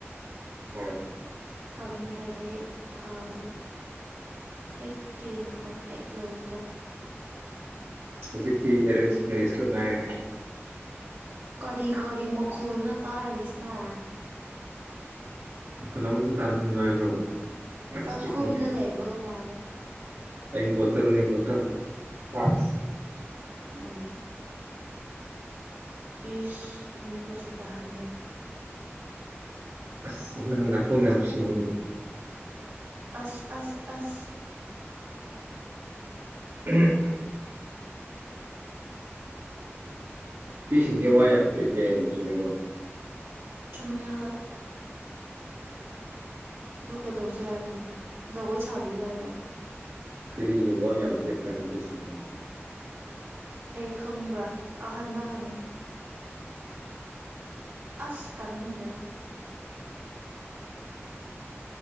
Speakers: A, on the right; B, on the right.
A: ꯍꯣꯏ
B: ꯐꯪꯉꯦ ꯍꯥꯏꯔꯒ ꯍꯦꯛ ꯐꯥꯕꯗ ꯍꯦꯛ ꯆꯦꯟꯕꯗꯣ ꯍꯦꯛ ꯂꯧꯕꯗꯣ
A: ꯍꯧꯖꯤꯛꯇꯤ ꯑꯦꯔꯦꯟꯖ ꯃꯦꯔꯤꯖꯈꯛ ꯉꯥꯏꯔꯦ
B: ꯀꯔꯤ ꯀꯔꯤ ꯃꯈꯣꯜꯅ ꯇꯥꯔꯤꯁꯤꯅ
A: ꯃꯈꯨꯟ ꯑꯃꯁꯨ ꯇꯥꯍꯟꯒꯅꯨ ꯍꯥꯏꯕ꯭ꯔꯣ ꯌꯥꯝ
B: ꯆꯥꯛꯈꯨꯝꯗ
A: ꯏꯁꯇ꯭ꯔꯤꯛꯅꯤꯅꯦ
B: ꯂꯩꯕꯒ ꯃꯥꯜꯂꯦ
A: ꯑꯩ ꯕꯣꯇꯜꯅꯤ ꯕꯣꯇꯜ ꯐ꯭ꯂꯥꯛꯁ
B: ꯎ ꯏꯁ ꯎꯃꯨꯀꯠꯁꯨ ꯇꯜꯂꯦ
A: ꯑꯁ ꯂꯪꯅ ꯀꯣ ꯉꯝ ꯁꯤꯅꯤ
B: ꯑꯁ ꯑꯁ ꯑꯁ
A: ꯎꯝ ꯅꯨꯄꯤꯁꯤꯡꯁꯦ ꯋꯥ ꯌꯥꯝ ꯄꯦꯠꯂꯦ ꯍꯥꯏꯅ ꯆꯨꯝꯃꯤꯀꯣ
B: ꯆꯃꯦ ꯍ ꯂꯨ ꯀꯩꯗꯧꯁꯦ ꯍꯥꯏꯕꯅꯣ ꯖꯒꯣꯏ ꯁꯥꯕꯤꯌꯨ ꯍꯥꯏꯔꯣ
A: ꯀꯔꯤꯒꯤꯕꯣ ꯌꯥꯝ ꯄꯤꯠꯄ꯭ꯔꯥ ꯅꯨꯄꯤꯁꯤꯡꯁꯦ
B: ꯑꯩ ꯈꯪꯕ꯭ꯔꯥ ꯑꯍꯟꯗ ꯍꯪꯉꯨ ꯑꯁ ꯇꯅꯤꯡ ꯂꯩꯔꯗ